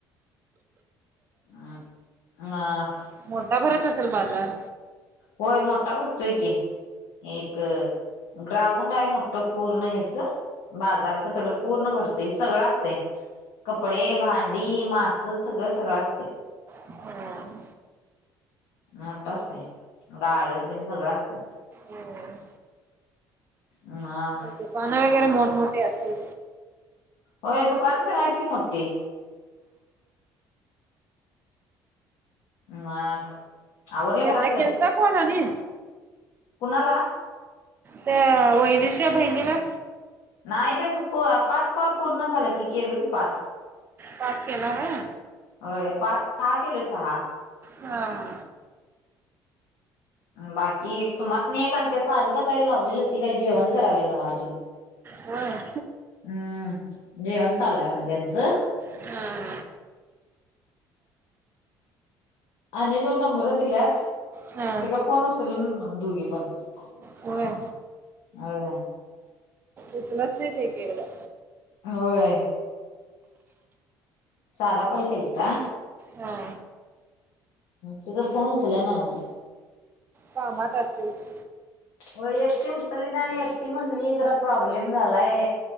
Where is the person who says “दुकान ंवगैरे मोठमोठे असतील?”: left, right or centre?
Right